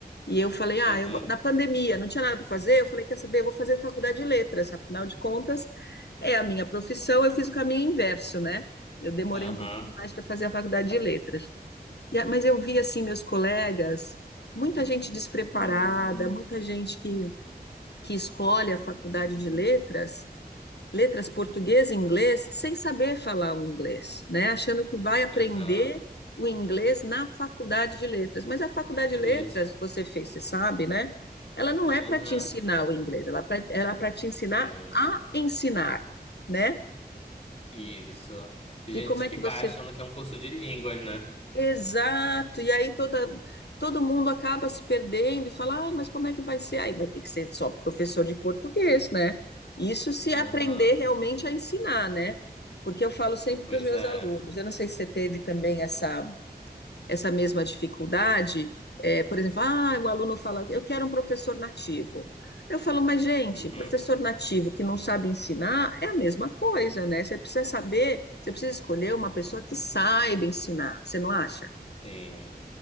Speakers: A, on the left; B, on the left.
A: e eu falei, ah,
B: Aham,
A: eu, na pandemia não tinha nada para fazer. Eu falei, quer saber, eu vou fazer faculdade de letras, afinal de contas, é a minha profissão. Eu fiz o caminho inverso, né? Eu demorei
B: aham,
A: um pouquinho mais para fazer a faculdade de letras. E a- mas eu vi, assim, meus colegas, muita gente despreparada, muita gente que, que escolhe a faculdade de letras letras português e inglês sem saber falar o inglês, né? Achando que vai aprender
B: aham.
A: o inglês na faculdade de letras. Mas a faculdade de letras,
B: Tem gente.
A: você fez, você sabe, né? Ela não é para
B: Aham,
A: te ensinar o inglês, ela é para te
B: sim.
A: ensinar a ensinar, né?
B: Isso. Tem gente
A: E como é
B: que
A: que
B: vai
A: você
B: achando que é um curso de línguas, né?
A: Exato, e aí toda, todo mundo acaba se perdendo e fala, ai, mas como é que vai ser? Aí vai ter que ser só professor de português, né? Isso se
B: Aham,
A: aprender realmente a ensinar, né? Porque eu falo sempre
B: pois
A: para os meus
B: é.
A: alunos, eu não sei se você teve também essa, essa mesma dificuldade, é, por exemplo, ah, o aluno fala, eu quero um professor nativo. Eu falo, mas gente,
B: Uhum,
A: professor nativo que não sabe ensinar é a mesma coisa, né? Você precisa saber, você precisa escolher uma pessoa que saiba ensinar, você não acha?
B: sim,